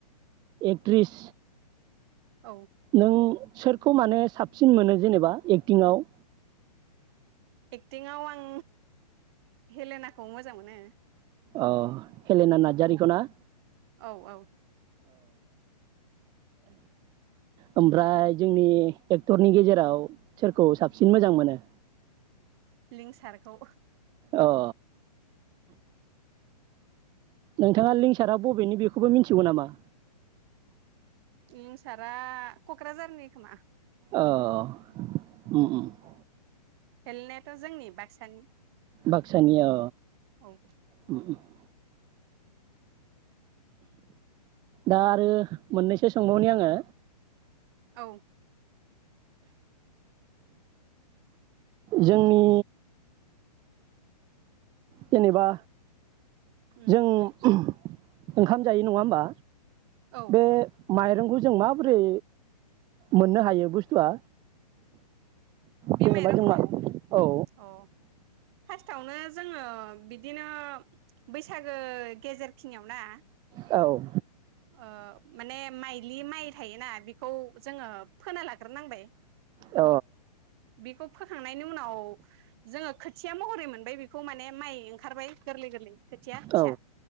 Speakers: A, on the right; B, on the right.
A: एक्ट्रिस
B: औ
A: नों सोरखौ माने साबसिन मोनो जेनेबा एक्टिंआव?
B: एक्टिंआव आं हेलेनाखौ मोजां मोनो।
A: अ हेलेना नार्जारिखौ ना?
B: औ औ
A: ओमफ्राय जोंनि एक्टरनि गेजेराव? सोरखौ साबसिन मोजां मोनो?
B: लिंसारखौ।
A: अ <inaudible> नोंथाङा लिंसारा बबेनि बेखौबो मिथिगौ नामा?
B: लिंसारा क'क्राझारनि खोमा।
A: औ <inaudible>
B: हेलेनायाथ' जोंनि बाक्सानि।
A: बाक्सानि औ।
B: औ
A: द <unintelligible> दा आरो मोननैसो सोंबावनि आङो
B: औ
A: जोंनि जेनेबा
B: उम
A: जों <unintelligible> ओंखाम जायो नङा होमबा
B: औ
A: बे <unintelligible> माइरंखौ जों माबोरै मोननो हायो बुस्थुआ
B: बे
A: जेनेबा
B: माइरंखौ
A: जों मा औ औ
B: अ फार्स्टआवनो जोङो बिदिनो बैसागो गेजेरखिनियाव ना
A: औ
B: ओ माने माइलि माइ थायोना बेखौ जोङो फोना लाग्रोनांबाय
A: औ
B: बेखौ फोखांनायनि उनाव जोङो खोथिया महरै मोनबाय बेखौ माने माइ खारबाय गोरलै गोरलै खोथिया फिसा
A: औ